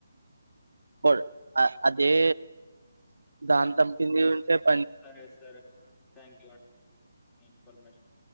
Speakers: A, on the right; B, in the centre.
A: కోడు ఆ అదే దాన్ తంపినీయుంటే
B: సరే సరే థ్యాంక్ యూ అన్ మీ ఇన్ ఫర్ మేషన్